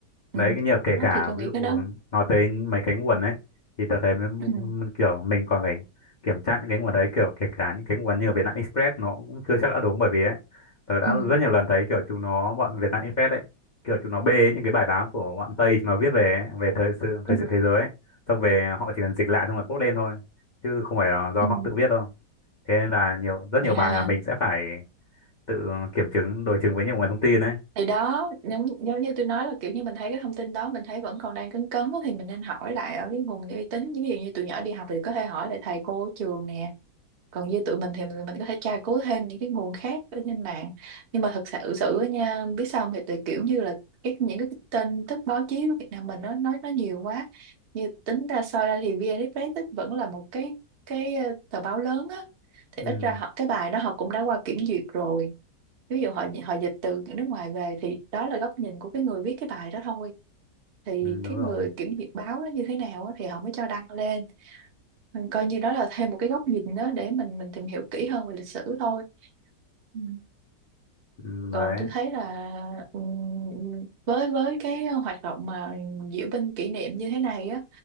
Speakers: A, on the right (about 45°); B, on the left (about 85°).
A: ừ.
B: đấy cái nhiều kể
A: đó
B: cả
A: thì tôi nghĩ
B: ví dụ
A: cái đó
B: nói tới mấy cái nguồn ấy thì tớ thấy m-
A: ừ.
B: m- kiểu mình còn phải kiểm tra những cái nguồn đấy kiểu kể cả những cái nguồn như ở Vietnam Express nó cũng chưa chắc đã đúng bởi vì ấy tớ đã
A: Ừ.
B: rất nhiều lần thấy kiểu chúng nó bọn Vietnam Express ấy kiểu chúng nó bê những cái bài báo của bọn Tây mà viết về ấy, về thời sự thời
A: Ừ.
B: sự thế giới ấy xong về họ chỉ cần dịch lại xong rồi post lên thôi chứ không phải là do
A: Ừ.
B: họ tự viết đâu thế nên là nhiều rất nhiều
A: à
B: bài là mình sẽ phải tự kiểm chứng đối chứng với nhiều nguồn thông tin đấy
A: thì đó giống, giống như tôi nói là kiểu như mình thấy cái thông tin đó mình thấy vẫn còn đang cấn cấn á, thì mình nên hỏi lại ở cái nguồn uy tín ví dụ như tụi nhỏ đi học thì có thể hỏi lại thầy cô ở trường nè còn như tụi mình thì mình, mình có thể tra cứu thêm những cái nguồn khác ở trên mạng nhưng mà thật sự sự á nha biết sao không? thì tụi kiểu như là cái, những cái tin tức báo chí của Việt Nam mình nó nói nó nhiều quá như tính ra soi ra thì VN Express ấy vẫn là một cái cái ờ, tờ báo lớn á thì
B: ừ,
A: ít ra họ cái bài đó họ cũng đã qua kiểm duyệt rồi ví dụ họ họ dịch từ nước ngoài về thì đó là góc nhìn của cái người viết cái bài đó thôi thì
B: ừ
A: cái
B: đúng rồi
A: người kiểm duyệt báo nó như thế nào á, thì họ mới cho đăng lên mình coi như đó là thêm một cái góc nhìn đó để mình mình tìm hiểu kỹ hơn về lịch sử thôi Ừ.
B: ừ, đấy
A: còn tôi thấy là ừ, với với cái hoạt động mà diễu binh kỷ niệm như thế này á